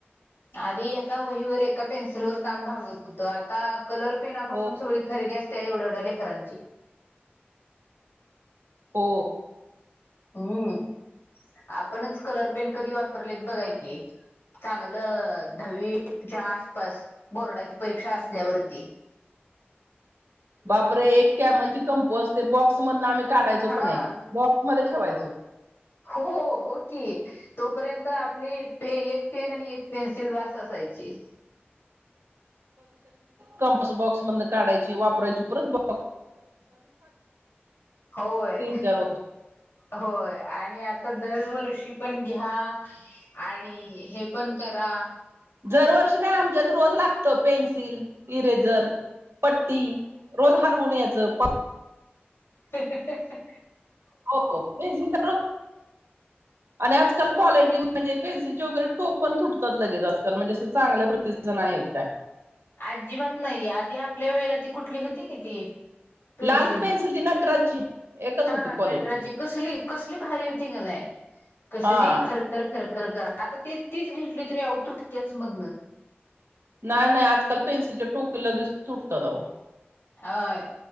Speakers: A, on the left; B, on the right.
A: आधी एका वहीवर एका पेन्सिल वर काम भागत होत आता कलर पेना
B: हो
A: पाासून सगळी खरेदी असते त्या एवढ्या एवढ्या लेकरांची
B: हो
A: हम्म आपणच कलर पेन कधी वापरलेत बघाय की चांग चांगलं दहावीच्या आसपास बोर्डाची परीक्षा असल्यावरती
B: बापरे एक कॅमलचे कमपो असते बॉक्स मधन आम्ही काढायचो
A: हा-हा
B: पण आहे बॉक्समध्ये ठेवायचो
A: हो-हो की तोपर्यंत आपली एक पेन आणि एक पेन्सिल वास असायची
B: कंपास बॉक्स मध काढायची वापरायची परत ब
A: होय
B: तीन चार वर्ष
A: होय आणि आ आता दरवर्षी पण घ्या आणि हे पण करा
B: दरवर्षी नाही आमच्यात रोज लागत पेन्सिल इरेझर पट्टी रोज हरवून यायचं प
A: हं हं हं हं
B: हो हो <unintelligible> आणि आजकाल क्वालिटी म्हणजे पेन्सिलचे वगैरे टोक पण तुटतात लगेच आजकाल म्हणजे असं चांगल्या प्रतिसान आहेत काय
A: आजीबात नाहीये आधी आपल्या वेळेला ती कुठली होती कि ती पेन्सिल
B: लाल ती नटराजची एकच
A: हा
B: होती क्वालिटी
A: नटराजची कसली कसली भारी होती मलाय कस
B: हा.
A: बी खरखर खरख खरं खर आता ते तीच घेतली तरी अवं तुट त्याच मधनं
B: नाही नाही आजकाल पेनसिलच्या टोकी लगेच तुटतात आओ
A: हय